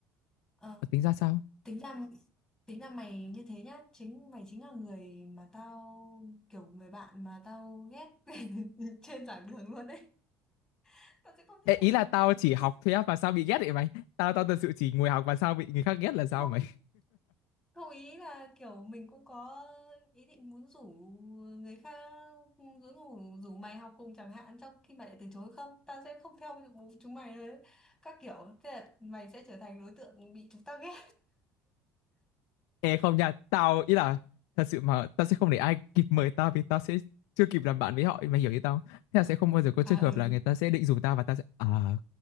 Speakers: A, in the centre; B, on the left.
A: ờ,
B: ờ, tính ra sao
A: tính ra tính ra mày như thế nhá chính mày chính là người mà tao kiểu người bạn mà tao ghét <laughs> trên giảng đường luôn đấy tao sẽ không thích
B: Ê, ý
A: một
B: là
A: với
B: tao
A: một
B: chỉ học
A: tao sẽ-
B: thôi á mà sao bị ghét vậy mày tao tao thật sự chỉ ngồi học mà sao bị người khác ghét là sao
A: không
B: mày
A: không ý là kiểu mình cũng có ý định muốn rủ người khác rủ rủ rủ mày học cùng chẳng hạn trong khi mày lại từ chối không tao sẽ không theo chúng mày đấy các kiểu thế là mày sẽ trở thành đối tượng bị chúng ta ghét
B: Ê không nha, tao ý là thật sự mà tao sẽ không để ai kịp mời tao vì tao sẽ chưa kịp làm bạn với họ, mày hiểu ý tao. không? Thế là sẽ không bao giờ có trường
A: à
B: hợp
A: ừ
B: là người ta sẽ định rủ tao và tao sẽ à